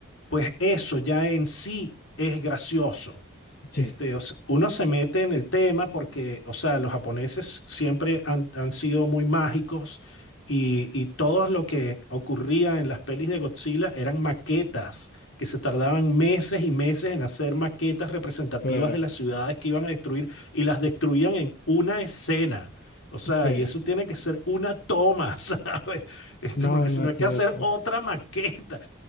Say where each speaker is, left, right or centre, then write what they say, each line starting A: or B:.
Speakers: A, on the left; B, on the left.
A: pues eso ya en sí es gracioso.
B: Sí,
A: Este, o sea, uno se mete en el tema porque, o sea, los japoneses siempre han, han sido muy mágicos y, y todo lo que ocurría en las pelis de Godzilla eran maquetas que se tardaban meses y meses en hacer maquetas representativas
B: claro.
A: de las ciudades que iban a destruir y las destruían en una escena. O sea,
B: Sí.
A: y eso tiene que ser una toma, <laughs> ¿sabes? Este,
B: No,
A: porque si
B: imagínate.
A: no hay que hacer otra maqueta.